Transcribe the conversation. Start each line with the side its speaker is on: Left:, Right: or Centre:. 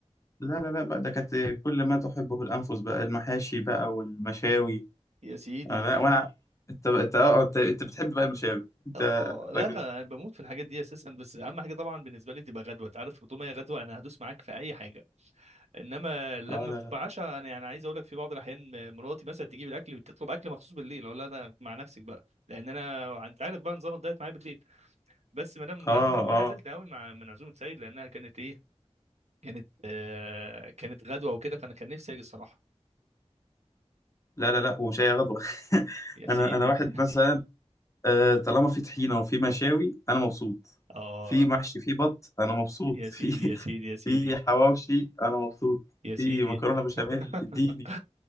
Left: لا لا لا بقى ده كانت كل ما تحبه الانفس بقى المحاشي بقى والمشاوي
Right: يا سيدي
Left: آه لا وانا انت بقى انت اه انت انت بتحب بقى المشاوي انت
Right: اه لا
Left: راجل
Right: ده انا بموت في الحاجات دي اساسا بس اهم حاجه طبعا بالنسبه لي تبقى غدوه انت عارف طول ما هي غدوه انا هدوس معاك في اي حاجه انما لما
Left: اه لا
Right: بتبقى
Left: لا
Right: عشاء انا يعني عايز اقول لك في بعض الاحيان مراتي مثلا تجيب الاكل بتطلب اكل مخصوص بالليل اقول لها ده مع نفسك بقى لان انا انت عارف بقى نظام الدايت معايا بالليل بس ما دام
Left: اه
Right: غدوه وانا
Left: اه
Right: زلت قوي مع من عزومه سيد لانها كانت ايه كانت آه كانت غدوة وكده فأنا كان نفسي أجي الصراحة
Left: لا لا لا ومش اي غدوه <laughs>
Right: يا سيدي
Left: انا انا واحد مثلا آه، طالما في طحينه وفي مشاوي انا مبسوط
Right: آه
Left: في محشي في بط انا مبسوط
Right: يا
Left: في
Right: سيدي يا سيدي يا سيدي
Left: في حواوشي انا مبسوط
Right: يا سيدي
Left: في مكرونه بشاميل اديني
Right: <laughs>